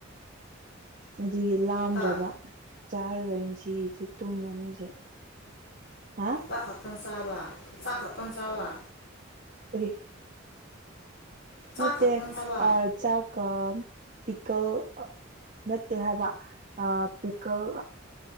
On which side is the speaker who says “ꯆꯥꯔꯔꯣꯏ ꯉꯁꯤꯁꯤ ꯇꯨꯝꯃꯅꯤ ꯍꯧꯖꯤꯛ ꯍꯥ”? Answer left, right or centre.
Right